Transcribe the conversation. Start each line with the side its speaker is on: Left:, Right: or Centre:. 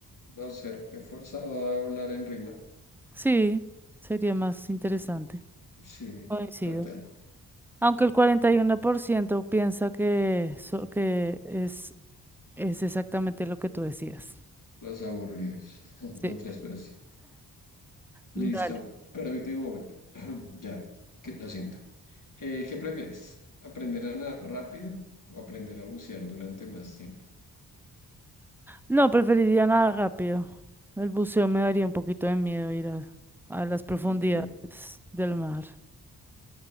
Left: no ser forzado a hablar en rima.
Centre: Sí, sería más interesante.
Left: Sí,
Centre: Coincido.
Left: total.
Centre: Aunque el 41% piensa que, so- que es, es exactamente lo que tú decías.
Left: Los aburridos. <laughs>
Centre: Sí,
Left: No transparencia. Listo.
Centre: dale.
Left: Permíteme un momento. <clears throat> Ya. Que, lo siento. Eh, ¿qué prefieres? ¿Aprender a nadar rápido o aprender a bucear durante más tiempo?
Centre: No, preferiría nada rápido. El buceo me daría un poquito de miedo ir a, a las profundidades
Left: Ok.
Centre: del mar.